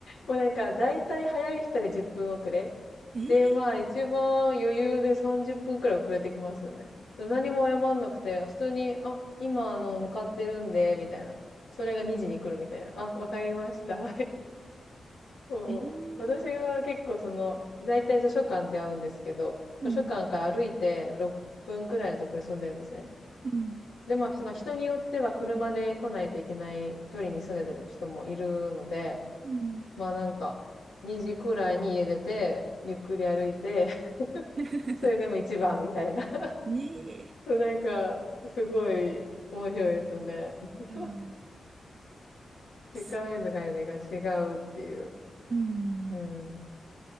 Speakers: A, on the left (about 85°); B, on the right (about 40°).
A: もうなんか、大体早い人で10分遅れ。
B: <laughs> ええ。
A: で、まあ、一番余裕で30分くらい遅れてきますよね。何も謝んなくて、普通に、あ、今、あの、向かってるんで、みたいな。それが2時に来るみたいな。あ、わかりました。<laughs> そう。
B: ええ。
A: 私が結構その、だいたい図書館で会うんですけど、図書館から歩いて6分くらいのところに住んでるんですね。
B: うん。うん。
A: で、まあ、ひまあ人によっては車で来ないといけない距離に住んでる人もいるので、
B: うん。
A: まあなんか、2時くらいに家出て、ゆっくり歩いて、<laughs>
B: <laughs>
A: それでも一番みたいな。
B: ねえ。
A: <laughs> そう、なんか、すごい面白いですよね。<laughs>
B: <laughs> ああ、
A: 時間への概念が違うっていう。
B: す、うん。
A: うん。